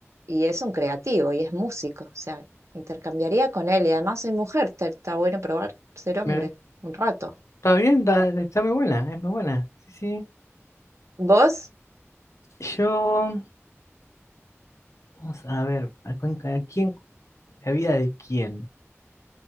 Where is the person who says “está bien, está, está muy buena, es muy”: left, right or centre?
Left